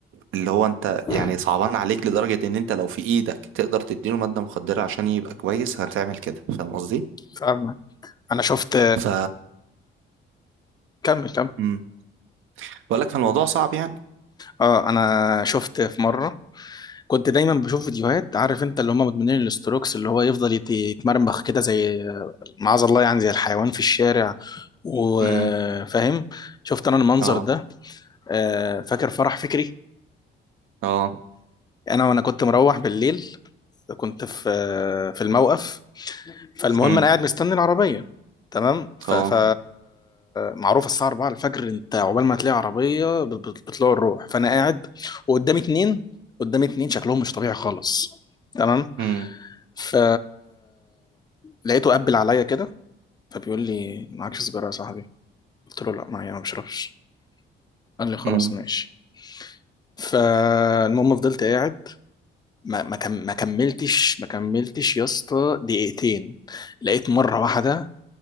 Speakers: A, on the right (about 85°); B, on the left (about 20°).
A: اللي هو انت
B: امم
A: يعني صعبان عليك لدرجة ان انت لو في ايدك تقدر تديله مادة مخدرة عشان يبقى كويس هتعمل كده فاهم قصدي؟
B: فاهمك انا شفت
A: ف
B: كمل كمل
A: امم بقول لك فالموضوع صعب يعني
B: اه انا شفت في مره كنت دايما بشوف فيديوهات عارف انت اللي هم مدمنين الاستروكس اللي هو يفضل يت- يتمرمخ كده زي معاذ الله يعني زي الحيوان في الشارع وفاهم
A: امم
B: شفت انا المنظر
A: اه
B: ده آه، فاكر فرح فكري
A: اه
B: انا وانا كنت مروح بالليل كنت في في الموقف فالمهم
A: امم
B: انا قاعد مستني العربيه تمام ف...
A: اه
B: ف معروف الساعه 4 الفجر انت عقبال ما تلاقي عربيه بت- بت- بتطلع الروح فانا قاعد وقدامي اتنين قدامي اتنين شكلهم مش طبيعي خالص تمام
A: امم
B: ف لقيته قبل عليا كده فبيقول لي معكش سيجاره يا صاحبي قلت له لا معايا ما بشربش قال لي خلاص
A: امم
B: ماشي فالمهم فضلت قاعد ما ما كم- ما كملتش ما كملتش يا اسطى دقيقتين لقيت مره واحده